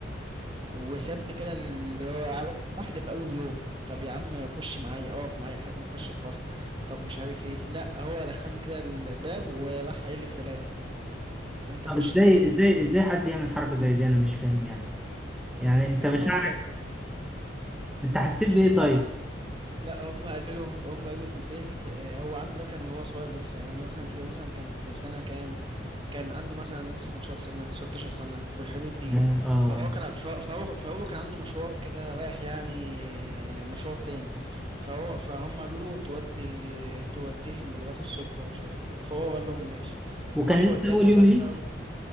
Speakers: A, on the right; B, in the centre.
A: وسابني كده اللي هو واحدة في أول يوم طب يا عم خش معايا اقف معايا لحد ما اخش الفصل طب مش عارف ايه لا هو دخلني كده الباب وراح قايل لي سلام انت
B: طب
A: خش
B: ازاي
A: انطلق
B: ازاي ازاي حد يعمل حركه زي دي انا مش فاهم يعني يعني انت
A: يا عم
B: مشاعرك
A: هو كان
B: انت حسيت بايه
A: لا
B: طيب
A: لا هم قالوا لهم هم قالوا له في البيت آه، هو عم ده كان هو صغير لسه يعني مثلا تلاقيه مثلا كان في سنة كام كان عنده مثلا لسه 15 سنة 16 سنة في الحدود دي
B: اه اه
A: فهو كان ف- فهو فهو كان عنده مشوار كده رايح يعني مشوار تاني فهو فهم قالوا له تودي توديه المدرسة الصبح ومش عارف ايه وكده فهو قال لهم ماشي
B: وكان
A: راح
B: لسه
A: وداني
B: اول
A: يا
B: يوم
A: باشا
B: ليك
A: و-